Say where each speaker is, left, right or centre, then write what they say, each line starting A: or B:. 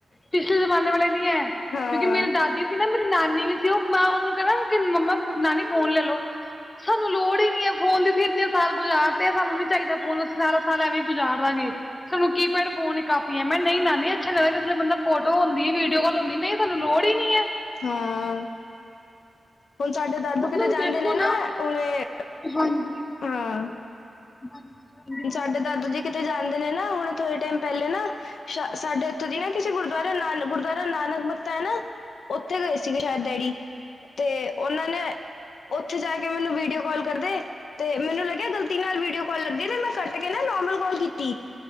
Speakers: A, on the left; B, on the left.
A: ਪਿਛਲੇ ਜ਼ਮਾਨੇ ਵਾਲੇ ਨੀ ਐ,
B: ਹਾਂ
A: ਕਿਉਂਕੀ ਮੇਰੀ ਦਾਦੀ ਸੀ ਨਾ ਮੇਰੀ ਨਾਨੀ ਸੀ ਉ, ਮੈਂ ਉਨੂੰ ਕੈਨਾ ਕੀ ਮੰਮਾ ਨਾਨੀ ਫੋਨ ਲੇਲੋ ਸਾਨੂੰ ਲੋੜ ਈ ਨੀ ਹੈ ਫੋਨ ਦੀ, ਅਸੀਂ ਇੰਨੇ ਸਾਲ ਗੁਜ਼ਾਰ ਤੇ ਸਾਨੂੰ ਨੀ ਚਾਹੀਦਾ <unintelligible> ਸਾਲ ਐਵੇਂ ਹੀ ਗੁਜ਼ਾਰ ਲਾਂਗੇ। ਸਾਨੂੰ ਕੀ ਪੈਡ ਫੋਨ ਕਾਫ਼ੀ ਹੈ ਮੈਂ ਨਹੀਂ ਲੈਂਦੀ ਅੱਛਾ ਨੀ ਲਗਦਾ ਕਿਸੇ ਲੇ ਬੰਦਾ ਫੋਟੋ ਹੁੰਦੀ, ਵੀਡੀਓ ਕੌਲ ਹੁੰਦੀ, ਨਹੀਂ ਸਾਨੂੰ ਲੋੜ ਈ ਨੀ ਐ।
B: ਹਾਂ। ਹੁਣ ਸਾਡੇ ਦਾਦੂ
A: ਮਤਲਬ
B: ਕਿਤੇ ਜਾਂਦੇ
A: ਦੇਖੋ
B: ਨੇ ਨਾ, ਉਵੇਂ
A: ਹਾਂਜੀ
B: <unintelligible>
A: <unintelligible>
B: ਸਾਡੇ ਦਾਦੂ ਜੀ ਕਿਤੇ ਜਾਂਦੇ ਨੇ ਨਾਂ, ਹੁਣੇ ਥੋੜੇ ਟੈਮ ਪਹਿਲੇ ਨਾ ਅਛਾ ਸਾਡੇ ਇੱਥੋਂ ਦੀ ਨਾ ਕਿਸੇ ਗੁਰਦੁਆਰੇ ਨਾਲ ਗੁਰਦੁਆਰੇ ਨਾਨਕ ਮੱਤਾ ਏ ਨਾ ਉੱਥੇ ਗਏ ਸੀਗੇ ਛੈਦ ਡੈਡੀ, ਤੇ ਉਹਨਾਂ ਨੇ ਉ ਓਥੇ ਜਾ ਕੇ ਮੈਨੂੰ ਵੀਡੀਓ ਕੌਲ ਕਰਦੇ, ਤੇ ਮੈਨੂੰ ਲੱਗਿਆ ਗਲਤੀ ਨਾਲ ਵੀਡੀਓ ਕੌਲ ਲੱਗੀ ਤੇ ਮੈਂ ਕੱਟ ਕੇ ਨਾ ਨੋਮਲ ਕੌਲ ਕੀਤੀ।